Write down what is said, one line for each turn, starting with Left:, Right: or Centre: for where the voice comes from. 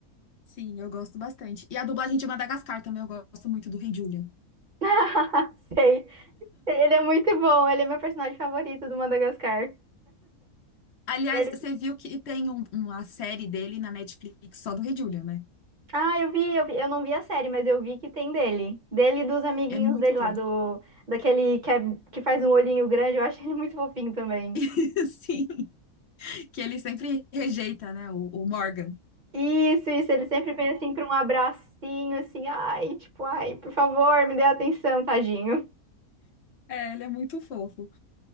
Left: sim, eu gosto bastante. E a dublagem de Madagascar também, eu gosto muito do Rei Julian.
Right: <laughs> Sei. Ele é muito bom, ele é meu personagem favorito do Madagascar.
Left: Aliás,
Right: Ele-
Left: você viu que tem um- uma série dele na Netflix só do Rei Julian, né?
Right: Ah, eu vi, eu vi- eu não vi a série, mas eu vi que tem dele. Dele e dos amiguinhos
Left: É muito
Right: dele
Left: bom.
Right: lá, do, daquele que, é- que faz um olhinho grande, eu acho ele muito fofinho também.
Left: <laughs> Sim. Que ele sempre rejeita, né? O, o Morgan.
Right: Isso, isso, ele sempre vem assim pra um abracinho, assim, ai, tipo, ai, por favor, me dê atenção, tadinho.
Left: É, ele é muito fofo.